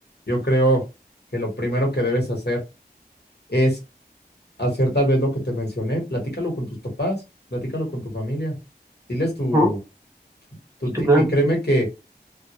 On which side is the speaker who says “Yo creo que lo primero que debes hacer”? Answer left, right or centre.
Left